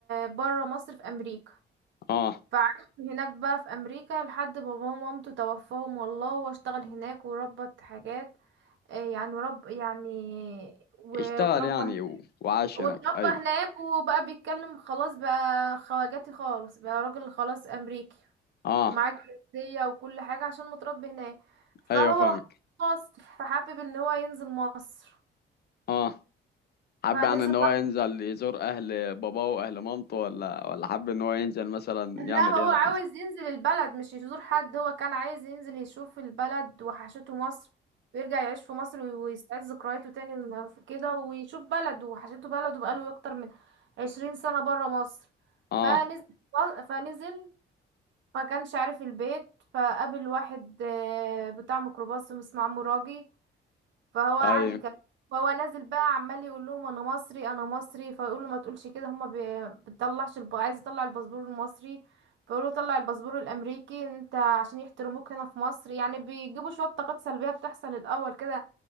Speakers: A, on the right (about 70°); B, on the left (about 55°).
A: بره مصر في امريكا
B: اه
A: فعاش هناك بقى في امريكا لحد باباه ومامته توفاهم والله وهو اشتغل هناك وربط حاجات آه، يعني رب يعني و-
B: اشتغل
A: وتربى
B: يعني و... وعاش
A: واتربى
B: هناك ايوه
A: هناك وبقى بيتكلم خلاص بقى خواجاتي خالص بقى راجل خلاص امريكي
B: اه
A: ومعاه جنسية وكل حاجة عشان متربي هناك
B: ايوه
A: فهو
B: فاهم
A: مصر فحابب ان هو ينزل مصر
B: اه حب
A: فنزل
B: يعني ان هو
A: بقى
B: ينزل يزور اهل باباه واهل مامته ولا ولا حب ان هو ينزل مثلا يعمل
A: لا هو
B: ايه هنا
A: عاوز
B: في مصر
A: ينزل البلد مش يزور حد هو كان عايز ينزل يشوف البلد وحشته مصر ويرجع يعيش في مصر وي- ويستعيد ذكرياته تاني من- كده ويشوف بلده وحشته بلده بقاله اكتر من عشرين سنة برا مصر
B: اه
A: فنزل فنزل فكانش عارف البيت فقابل واحد آه، بتاع ميكروباص اسمه عمو راجي فهو قعد
B: ايوه
A: يكلم فهو نازل بقى عمال يقول لهم انا مصري انا مصري فيقولوا ما تقولش كده هما بي- بتطلعش الب... عايز يطلع الباسبور المصري فيقولوا طلع الباسبور الامريكي ان انت عشان يحترموك هنا في مصر يعني بيجيبوا شويه طاقات سلبيه بتحصل الاول كده